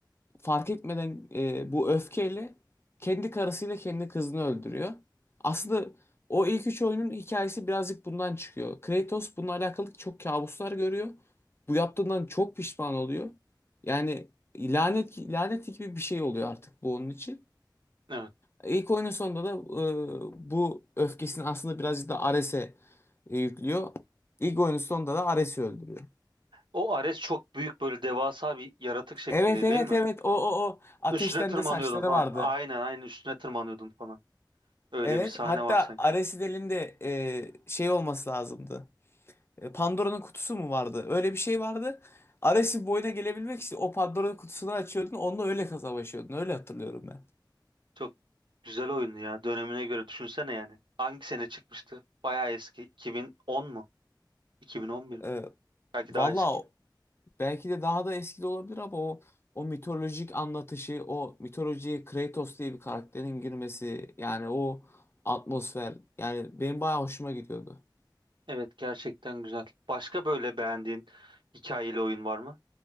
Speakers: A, on the left; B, on the right.
A: fark etmeden e, bu öfkeyle kendi karısıyla kendi kızını öldürüyor. Aslında o ilk üç oyunun hikayesi birazcık bundan çıkıyor. Kratos bununla alakalı çok kabuslar görüyor. Bu yaptığından çok pişman oluyor. Yani lanet lanet gibi bir şey oluyor artık bu onun için.
B: Evet.
A: İlk oyunun sonunda da e, bu öfkesini aslında birazcık da Ares'e e, yüklüyor. İlk oyunun sonunda da Ares'i öldürüyor.
B: O Ares çok büyük böyle devasa bir yaratık şeklinde
A: Evet evet
B: değil mi?
A: evet o o o ateşten
B: Üstüne tırmanıyordun
A: de saçları
B: falan.
A: vardı.
B: Aynen aynen üstüne tırmanıyordun falan. Öyle
A: Evet.
B: bir sahne
A: Hatta
B: var sanki.
A: Aresidel'in de e, şey olması lazımdı. E, Pandora'nın kutusu mu vardı? Öyle bir şey vardı. Ares'in boyuna gelebilmek için o Pandora'nın kutusunu açıyordun. Onunla öyle savaşıyordun. Öyle hatırlıyorum ben.
B: Çok güzel oyundu ya. Dönemine göre düşünsene yani. Hangi sene çıkmıştı? Bayağı eski. 2010 mu? 2011 mi?
A: E,
B: Belki
A: valla
B: daha eski.
A: o- belki de daha da eski de olabilir ama o o mitolojik anlatışı, o mitolojiye Kratos diye bir karakterin girmesi yani o atmosfer yani benim bayağı hoşuma gidiyordu.
B: Evet gerçekten güzel. Başka böyle beğendiğin hikayeli oyun var mı?